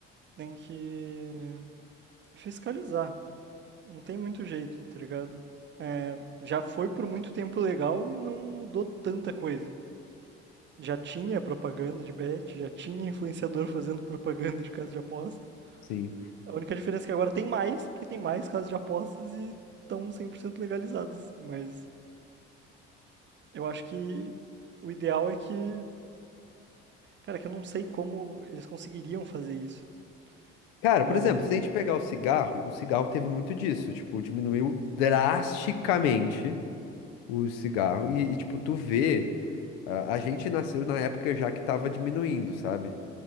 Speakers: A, on the right; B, on the left.
A: tem que fiscalizar. Não tem muito jeito, tá ligado? É, já foi por muito tempo legal e não mudou tanta coisa. Já tinha propaganda de bet, já tinha influenciador <laughs> fazendo propaganda de casa de aposta.
B: Sim.
A: A única diferença é que agora tem mais, porque tem mais casas de apostas e estão 100% legalizadas. Mas eu acho que o ideal é que. Cara, que eu não sei como eles conseguiriam fazer isso.
B: Cara,
A: Mas,
B: por exemplo, se a gente pegar o cigarro, o cigarro teve muito disso. Tipo, diminuiu drasticamente o cigarro. E, e, tipo, tu vê, a a gente nasceu na época já que tava diminuindo, sabe?